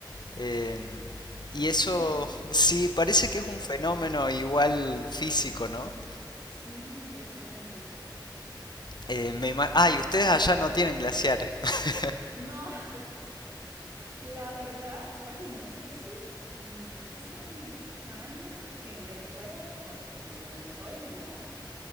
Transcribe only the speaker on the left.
Eh, y eso
<laughs> sí, parece que es un fenómeno igual físico, ¿no?
Eh, me ima- ah, y ustedes allá
no tienen glaciares. <laughs>